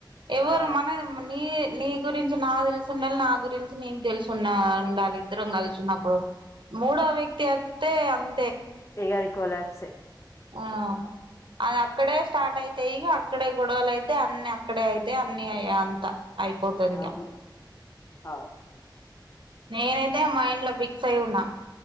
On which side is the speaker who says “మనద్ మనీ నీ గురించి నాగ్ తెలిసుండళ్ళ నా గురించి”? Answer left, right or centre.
Right